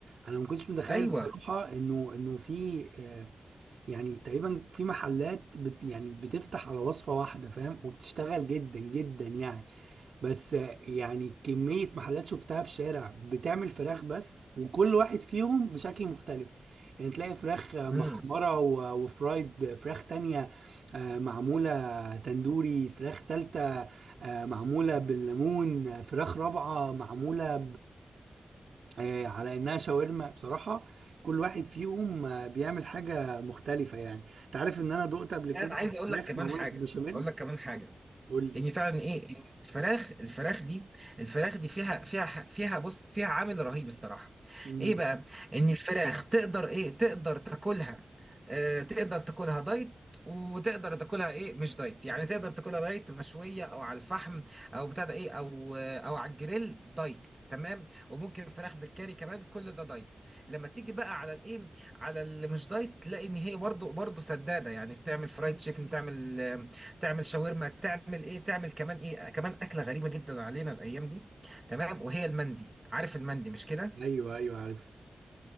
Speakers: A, on the right; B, on the right.
A: انا ما كنتش متخيل
B: ايوه
A: بصراحة انه انه في آه، يعني تقريبا في محلات بت يعني بتفتح على وصفة واحدة فاهم وبتشتغل جدا جدا يعني بس آه، يعني كمية محلات شفتها في شارع بتعمل فراخ بس وكل واحد فيهم بشكل مختلف يعني تلاقي فراخ آه،
B: امم
A: محمرة و- وفرايد فراخ تانية آه، معمولة تندوري فراخ تالتة آه، معمولة بالليمون آه، فراخ رابعة معمولة آه، على انها شاورما بصراحه كل واحد فيهم آه، بيعمل حاجه مختلفه يعني انت عارف ان انا دقت قبل
B: لا
A: كده
B: انا عايز اقول
A: فراخ
B: لك كمان
A: معموله
B: حاجه
A: بالبشاميل
B: اقول لك كمان حاجه
A: قول لي
B: يعني بتاع ان فعلا ايه إن الفراخ الفراخ دي الفراخ دي فيها فيها ح- فيها بص فيها عامل رهيب الصراحه
A: مم.
B: ايه بقى ان الفراخ تقدر ايه تقدر تاكلها آه تقدر تاكلها دايت وتقدر تاكلها ايه مش دايت يعني تقدر تاكلها دايت مشويه او على الفحم او بتاع ده ايه او آه، او على الجريل دايت تمام وممكن فراخ بالكاري كمان كل ده دايت لما تيجي بقى على الايه على اللي مش دايت تلاقي ان هي برضو برضو سداده يعني بتعمل فرايد تشيكن بتعمل تعمل شاورما تعمل ايه تعمل كمان ايه كمان اكله غريبه جدا علينا الايام دي تمام وهي المندي عارف المندي مش كده
A: ايوه ايوه عارف